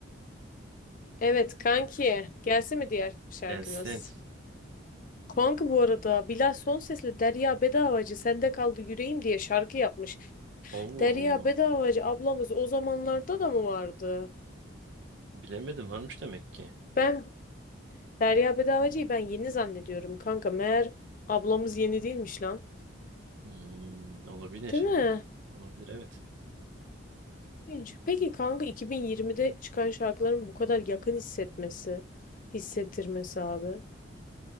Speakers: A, on the left (about 40°); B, on the right (about 65°).
A: Evet kanki gelsin mi diğer şarkımız?
B: Gelsin.
A: Kanka bu arada Bilal Sonses'le Derya Bedavacı sende kaldı yüreğim diye şarkı yapmış.
B: Allah
A: Derya
B: Allah.
A: Bedavacı ablamız o zamanlarda da mı vardı?
B: Bilemedim varmış demek ki.
A: Ben Derya Bedavacı'yı ben yeni zannediyorum kanka meğer ablamız yeni değilmiş lan.
B: Hmm, olabilir.
A: Değil mi?
B: Olabilir evet.
A: İlginç. Peki kanka 2020'de çıkan şarkıların bu kadar yakın hissetmesi, hissettirmesi abi.